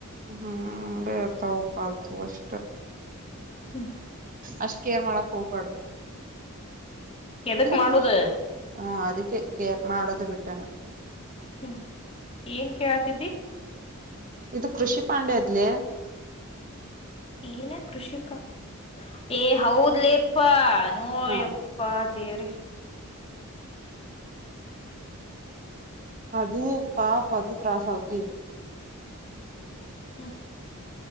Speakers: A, on the right; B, on the left.
A: ಹ್ಮ್ ಬೇ ಇರ್ತಾವ ಪ ಆಲ್ತ ಅಷ್ಟ.
B: ಹ್ಮ್
A: ಅಷ್ಟ ಕೇರ್ ಮಾಡಕ್ ಹೋಗ್ಬಾರ್ದು.
B: ಎದಕ್
A: ಇದು
B: ಮಾಡುದ
A: ಕೃಷ ಹ ಅದಕ್ಕೆ ಕೇರ್ ಮಾಡಡೋದ ಬಿಟ್ಟಾನ.
B: ಹ್ಮ್ ಏನ್ ಕೇಳತಿದ್ದಿ.
A: ಇದು ಕೃಷಿ ಪಾಂಡೆದ್ಲಿ.
B: ಏನ ಕೃಷಿಪಾ ಏ ಹೌದ್ಲಿಪ್ಪಾ ನೋಯ್ಯಪ್ಪ.
A: ಹ
B: ೇರಿ <inaudible>
A: ಅದು ಪಾಪ ಅದು ತ್ರಾಸ ಆಗ್ ಇದು.
B: ಹ್ಮ್